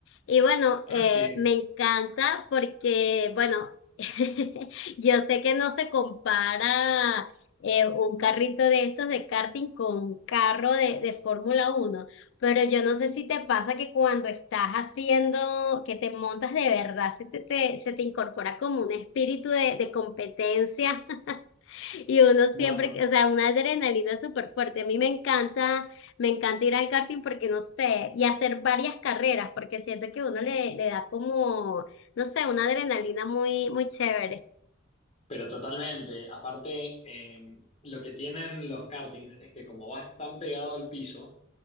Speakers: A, on the left (about 60°); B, on the left (about 30°).
A: Y bueno,
B: Ah,
A: eh,
B: sí.
A: me encanta porque, bueno, <laughs> yo sé que no se compara eh, un carrito de estos de karting con un carro de, de Fórmula uno pero yo no sé si te pasa que cuando estás haciendo, que te montas de verdad, se te, te- se te incorpora como un espíritu de, de competencia y uno siempre,
B: No, to-
A: o sea, una adrenalina súper fuerte. A mí me encanta, me encanta ir al karting porque no sé, y hacer varias carreras, porque siento que uno le, le da como, no sé, una adrenalina muy, muy chévere.
B: Pero totalmente. Aparte, eh, lo que tienen los kartings es que como vas tan pegado al piso,